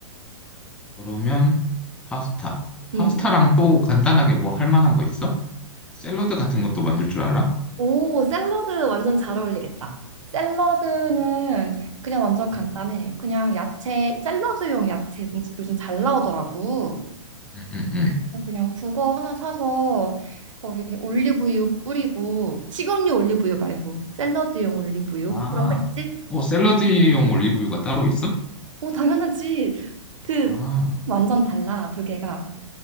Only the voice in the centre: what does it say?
그러면 파스타. 파스타랑
또 간단하게 뭐 할 만한 거 있어? 샐러드 같은 것도 만들 줄 알아?
응.
응.
응. 응. 응.
아.
어, 샐러드용 올리브유가 따로 있어?
아.